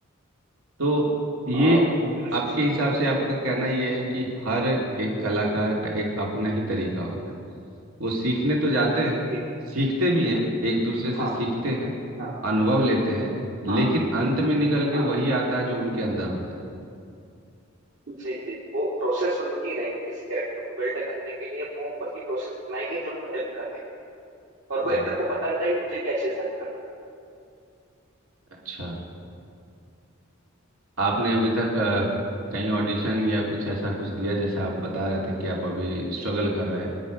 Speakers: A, on the right (about 80°); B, on the right (about 65°).
A: तो ये
B: और पीयूष
A: आपके
B: मिश्रा
A: हिसाब
B: जी
A: से आपका
B: हाँ
A: कहना ये है कि हर एक कलाकार का एक अपना ही तरीका होता है वो सीखने तो जाते हैं
B: जी
A: सीखते भी हैं एक दूसरे से
B: हाँ
A: सीखते हैं
B: हाँ
A: अनुभव लेते हैं लेकिन
B: हाँ
A: अंत में निकल के
B: हाँ
A: वही आता है जो उनके अंदर होता है
B: जी जी वो प्रोसेस उनकी ही लेंगे किसी कैरेक्टर को बिल्ड करने के लिए वो वही प्रोसेस अपनाएंगे जो उनको हेल्प कर रही है और वो
A: जी
B: एक्टर को पता रहता है कि मुझे क्या चीज हेल्प कर रही
A: अच्छा आपने
B: है
A: अभी
B: जी
A: तक अ, कहीं ऑडिशन या कुछ ऐसा कुछ दिया जैसे आप बता रहे थे कि आप अभी स्ट्रगल कर रहे हैं